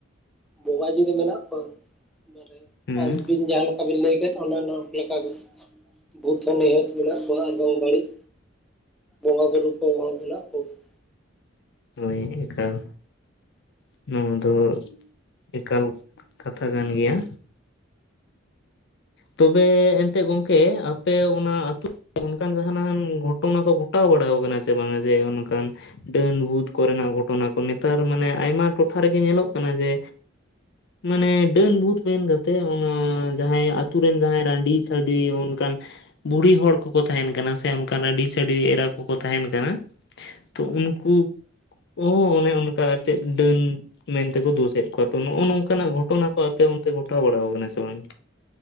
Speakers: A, in the centre; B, on the left.
A: ᱵᱚᱸᱵᱟ ᱡᱩᱫᱤ ᱢᱮᱱᱟᱜ ᱠᱚᱣᱟ ᱮᱟᱨᱮ
B: ᱦᱩᱸ
A: ᱟᱢᱵᱤᱱ ᱡᱟᱦᱟᱸ ᱞᱮᱠᱟ ᱵᱤᱱ ᱞᱟᱹᱭ ᱠᱮᱫ ᱚᱱᱮ ᱞᱮᱠᱟᱜᱮ ᱵᱷᱩᱛ ᱦᱚᱸ ᱱᱤᱦᱟᱹᱛ ᱢᱮᱱᱟᱜ ᱵᱚᱣᱟ ᱟᱨ ᱵᱟᱝ ᱵᱟᱹᱲᱤᱡ ᱵᱚᱸᱜᱟ ᱵᱩᱨᱩ ᱠᱚ ᱢᱮᱱᱟᱜ ᱠᱚᱜᱮᱭᱟ
B: ᱦᱳᱭ ᱮᱱᱠᱟᱞ ᱱᱚᱣᱟ ᱫᱚ ᱮᱠᱟᱞ ᱠᱟᱛᱷᱟ ᱠᱟᱱ ᱜᱮᱭᱟ ᱛᱚᱵᱮ ᱮᱱᱛᱮᱫ ᱜᱚᱝᱠᱮ ᱟᱯᱮ ᱚᱱᱟ ᱟᱹᱛᱩ ᱚᱱᱠᱟᱱ ᱡᱟᱦᱟᱱᱟᱜ ᱜᱷᱚᱴᱚᱱᱟ ᱠᱚ ᱜᱷᱚᱴᱟᱣ ᱵᱟᱲᱟᱟᱣ ᱠᱟᱱᱟ ᱥᱮ ᱵᱟᱝᱟ ᱡᱮ ᱚᱱᱠᱟᱱ ᱰᱟᱹᱱ ᱵᱷᱩᱛ ᱠᱚᱨᱮᱱᱟᱜ ᱜᱷᱚᱴᱚᱱᱟ ᱠᱚ ᱱᱮᱛᱟᱨ ᱢᱟᱱᱮ ᱟᱭᱢᱟ ᱴᱚᱴᱷᱟ ᱨᱮᱜᱮ ᱧᱮᱞᱚᱜ ᱠᱟᱱᱟ ᱡᱮ ᱢᱟᱱᱮ ᱰᱟᱹᱱ ᱵᱩᱛ ᱢᱮᱱ ᱠᱟᱛᱮᱜ ᱚᱱᱟ ᱡᱟᱦᱟᱸᱟᱭ ᱛᱩᱨ ᱨᱮᱱ ᱡᱟᱦᱟᱸᱭ ᱨᱟᱺᱰᱤ ᱪᱷᱟᱰᱣᱤ ᱡᱟᱦᱟᱸᱭ ᱚᱱᱠᱟᱱ ᱵᱩᱲᱦᱤ ᱦᱚᱲ ᱠᱚᱠᱚ ᱛᱟᱦᱮᱱ ᱠᱟᱱᱟ ᱥᱮ ᱚᱱᱠᱟᱱ ᱟᱹᱰᱤ ᱪᱷᱟᱹᱰᱤ ᱮᱨᱟ ᱠᱚᱠᱚ ᱛᱟᱦᱮᱱ ᱠᱟᱱᱟ ᱛᱚ ᱩᱱᱠᱩ ᱦᱚᱸ ᱚᱱᱮ ᱚᱱᱠᱟ ᱟᱨ ᱪᱮᱫ ᱰᱟᱹᱱ ᱢᱮᱱᱛᱮᱠᱚ ᱫᱳᱥᱮᱫ ᱠᱚᱣᱟ ᱛᱚ ᱱᱚᱜᱼᱚ ᱱᱚᱝᱠᱟᱱᱟᱜ ᱜᱷᱚᱴᱚᱱᱟ ᱠᱚ ᱟᱯᱮ ᱚᱱᱛᱮ ᱜᱷᱚᱴᱟᱣ ᱵᱟᱲᱟ ᱠᱟᱱᱟ ᱥᱮ ᱵᱟᱝ?